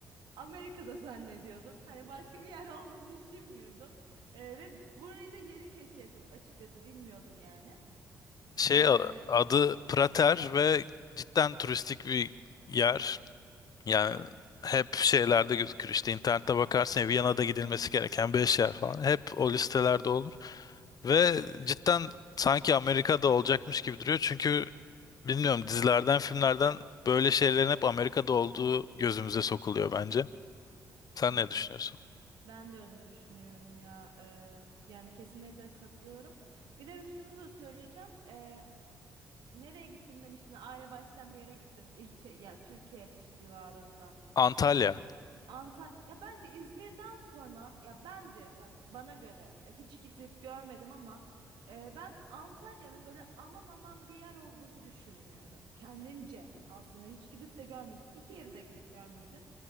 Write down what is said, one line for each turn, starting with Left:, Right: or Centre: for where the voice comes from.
Right: Amerika'da <laughs> zannediyordum. Hani başka bir yer olduğunu düşünmüyordum. E, ve burayı da yeni keşfettim açıkçası bilmiyordum yani.
Left: şey
Right: E,
Left: a- adı Prater ve cidden turistik bir yer. Yani hep şeylerde gözükür işte internette bakarsın Viyana'da gidilmesi gereken 5 yer falan. Hep o listelerde olur. Ve cidden sanki Amerika'da olacakmış gibi duruyor. Çünkü Bilmiyorum dizilerden, filmlerden böyle şeylerin hep Amerika'da olduğu gözümüze sokuluyor bence. Sen
Right: Hı hı.
Left: ne düşünüyorsun?
Right: Ben de öyle düşünüyorum ya. Eee, yani kesinlikle katılıyorum. Bir de şunu da söyleyeceğim. Eee, nereye gittim demiştin? Aile baştan bir yere gittim. İlçe ya Türkiye civarından.
Left: Antalya.
Right: Antalya ya bence İzmir'den sonra ya bence bak bana göre e, hiç gidip görmedim ama e, ben Antalya'nın böyle aman aman bir yer olduğunu düşünmüyorum. Kendimce aslında hiç gidip de görmedim. İki yeri de gidip görmedim.